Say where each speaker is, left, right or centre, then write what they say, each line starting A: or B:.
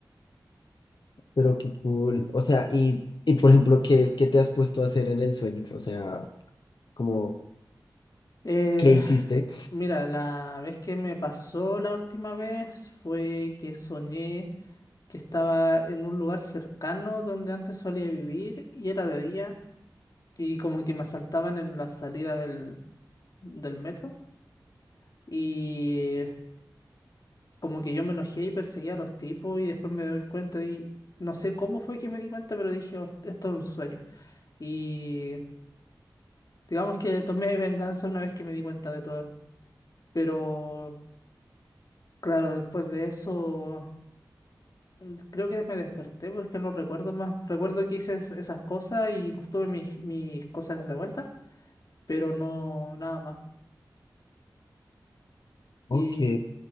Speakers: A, on the left (about 80°); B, on the left (about 60°).
A: Pero qué cool. O sea, y, y por ejemplo, ¿qué, qué te has puesto a hacer en el sueño? O sea, como,
B: Eh,
A: ¿qué hiciste?
B: mira, la vez que me pasó la última vez fue que soñé que estaba en un lugar cercano donde antes solía vivir y era de día y como que me asaltaban en la salida del, del metro y como que yo me enojé y perseguí a los tipos y después me doy cuenta y no sé cómo fue que me di cuenta, pero dije, "Oh, esto es un sueño. Y digamos que tomé <laughs> venganza una vez que me di cuenta de todo. Pero Claro, después de eso, mm, creo que me desperté porque no recuerdo más. Recuerdo que hice es- esas cosas y pues, tuve mis, mis cosas de vuelta, pero no nada más. ¿Y,
A: Ok,